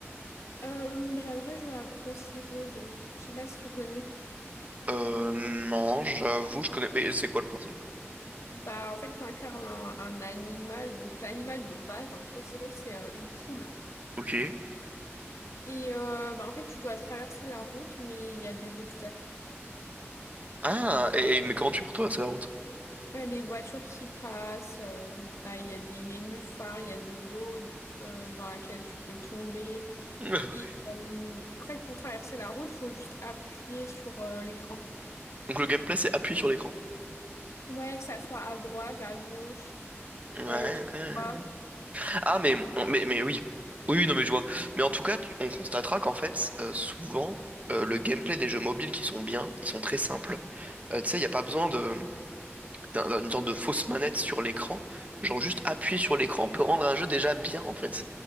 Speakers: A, on the left; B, on the right.
A: Euh, j'adorais jouer à Crossy Road. Je sais pas si tu connais.
B: Euh, non, j'avoue, je connais. Mais c'est quoi le principe?
A: Bah, en fait, t'incarnes un, un animal. Donc, l'animal de base dans Crossy Road, c'est euh, une poule.
B: Ok.
A: Et euh, bah, en fait, tu dois traverser la route, mais il y a des obstacles.
B: Ah, et, et- mais comment tu fais pour traverser la route?
A: Il y a des voitures qui passent, euh, bah, il y a des nénuphars, il y a de l'eau euh, dans laquelle tu peux tomber.
B: <laughs>
A: Et euh, en fait, pour traverser la route, il faut juste appuyer sur euh, l'écran.
B: Donc le gameplay, c'est appuyer sur l'écran.
A: Ouais, que ça soit à droite, à gauche,
B: Ouais.
A: euh, tout
B: ouais.
A: droit.
B: Ah, mais, mais, mais oui. Oui, oui, non, mais je vois. Mais en tout cas, tu- on constatera qu'en fait, euh, souvent, euh, le gameplay des jeux mobiles qui sont bien, ils sont très simples. Euh, tu sais, il n'y a pas besoin de, d'un- d'une sorte de fausse manette sur l'écran. Genre, juste appuyer sur l'écran peut rendre un jeu déjà bien, en fait.